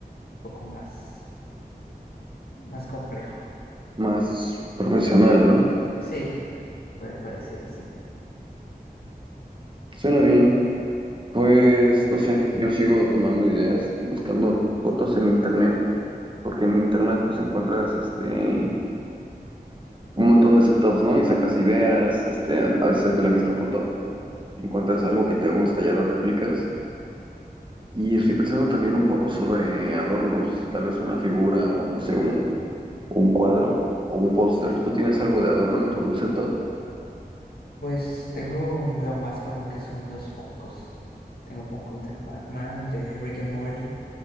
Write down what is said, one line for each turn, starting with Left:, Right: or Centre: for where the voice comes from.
Left: poco más, más complejo.
Right: más profesional, ¿no?
Left: Sí, puede, puede ser así.
Right: Suena bien. Pues, no sé, yo sigo tomando ideas y buscando fotos en internet, porque en internet pues encuentras este un montón de setups, ¿no? Y sacas ideas, este, a veces hay de la misma foto, encuentras algo que te gusta, ya lo replicas. Y estoy pensando también un poco sobre adornos, tal vez una figura o no sé, un, un cuadro o un póster. ¿Tú tienes algo de adorno en tu setup?
Left: Pues tengo lo más común que son los Funkos. Tengo Funkos de Batman, de Rick and Morty,